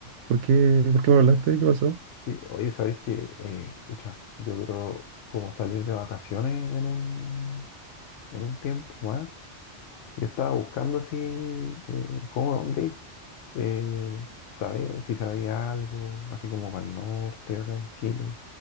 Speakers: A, on the right; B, on the left.
A: ¿por qué, por qué me hablaste? ¿Qué pasó?
B: Sí, oye, ¿sabéis que, eh, pucha, yo quiero como salir de vacaciones en un, en un tiempo más? Y estaba buscando así, eh, cómo, dónde ir, eh, saber si sabía algo, así como para el norte, acá en Chile,